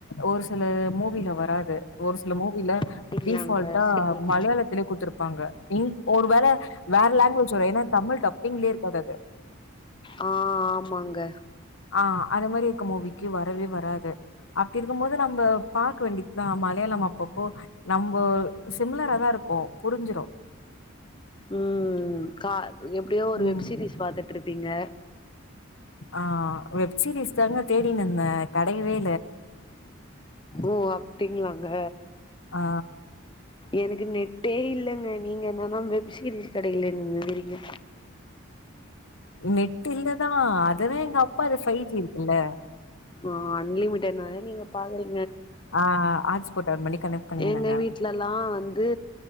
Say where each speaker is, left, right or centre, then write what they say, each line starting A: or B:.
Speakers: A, on the left (about 65°); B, on the left (about 20°).
A: ஒரு சில மூவில வ ராது ஒரு சில மூவில
B: அப்டிங்களாங்க
A: டீஃபால்டா
B: செரிங்க
A: மலையாளத்திலே குடுத்துருப்பாங்க இங் ஒரு வேள வேற லாங்குவேஜ் வரூ ஏனா தமிழ் டப்பிங்லே இருக்காது அது
B: ஆ ஆமாங்க
A: ஆ அது மாரி இருக்க மூவிக்கு வரவே வராது அப்டிருக்கும் போது நம்ம பாக்க வேண்டியதுதா மலையாளம் அப்பப்போ நம்மோ சிமிலரா தா இருக்கூ புரிஞ்சிரூ
B: ம் கா எப்டியோ ஒரு
A: ம்
B: வெப் சீரிஸ் பாத்துட்ருப் பீங்க
A: ஆ வெப்சீரிஸ் தாங்க தேடினிந்தே கெடைக்கவே
B: ஓ அப்டிங்ளாங்க
A: ஆ
B: எனக்கு நெட்டே இல்லங்க நீங்க என்னனா வெப் சீரிஸ் கெடைக்கலனுன்றீங்க
A: நெட்டு இல்லதா அதுதா எங்க அப்பாது ஃபை ஜி இருக்குல்ல
B: ஆ அன்லிமிடட்னால நீங்க பாக்குறீங்
A: ஆ ஹாட்ஸ்பாட் ஆன் பண்ணி கனெக்ட் பண்ணிக்கினாங்க
B: எங்க வீட்லல்லா வந்து